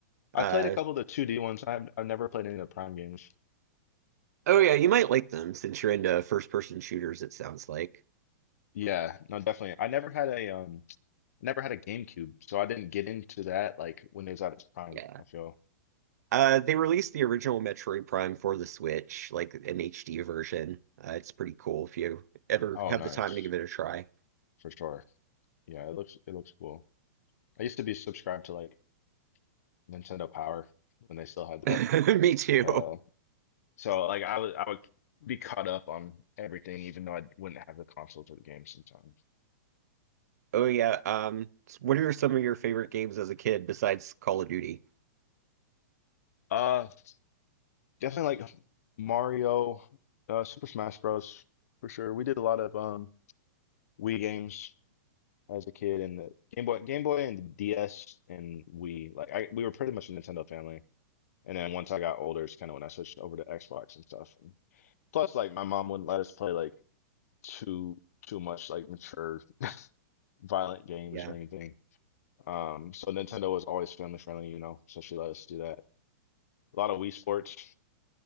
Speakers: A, on the left (about 60°); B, on the right (about 65°).
A: I
B: Uh,
A: played a couple of the 2D ones. I've I've never played any of the Prime games.
B: Oh yeah, you might like them since you're into first-person shooters, it sounds like.
A: Yeah, no, definitely. I never had a um, never had a GameCube, so I didn't get into that like when it was at its prime,
B: Yeah.
A: I feel.
B: Uh, they released the original Metroid Prime for the Switch, like an HD version. Uh, it's pretty cool if you ever
A: Oh,
B: have
A: nice.
B: the time to give it a try.
A: For sure. Yeah, it looks it looks cool. I used to be subscribed to like Nintendo Power when they still had that.
B: <laughs> Me too.
A: Uh, so like I would I would be caught up on everything, even though I wouldn't have the console for the game sometimes.
B: Oh yeah. Um, s- what are some of your favorite games as a kid besides Call of Duty?
A: Uh, definitely like Mario, uh, Super Smash Bros. for sure. We did a lot of um Wii games as a kid, and the Game Boy, Game Boy, and the DS, and Wii like I we were pretty much a Nintendo family. And then once I got older, it's kind of when I switched over to Xbox and stuff. And plus, like my mom wouldn't let us play like too too much like mature violent games
B: Yeah.
A: or anything. Um, so Nintendo was always family friendly, you know, so she let us do that. A lot of Wii Sports.